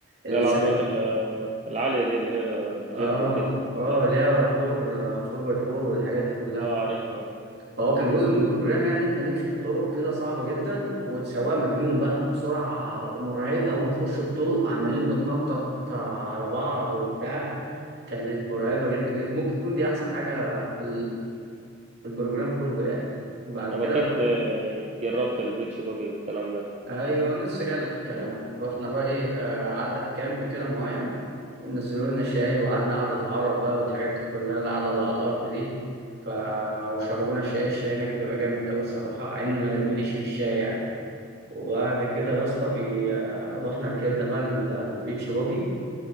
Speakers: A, on the right; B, on the right.
A: الس...
B: لا العربيات ال- آه، العالية دي اللي هي
A: اه
B: جيب وكده
A: اه
B: ده.
A: اللي هي فور آه، فور باي فور والحاجات دي كلها
B: اه عارفها
A: فهو كان جزء من البروجرام يعني إن احنا نمشي في طرق كده صعبة جدا والسواق مجنون بقى بسرعة مرعبة ونخش في طرق عمالين نتنطط آه، على بعض وبتاع كانت مرعبة جدا جدا ممكن تكون دي أحسن حاجة في في البروجرام كله يعني بعد
B: طب
A: كده
B: أكيد
A: بقى
B: آه، جربت البيتش باجي والكلام ده
A: ايوه لسه جاي في الكلام اهو رحنا بقى ايه آه عدى في كامب كده معين نزلوا لنا شاي وقعدنا قعدة عرب بقى والحاجات دي كلها القعدة اللي على الأرض دي ف... وشربونا شاي الشاي هناك بتبقى جامد أوي الصراحة مع إني ما- ماليش في الشاي يعني وبعد كده يا اسطى بي... آه، رحنا ركبنا بقى ال- البيتش باجي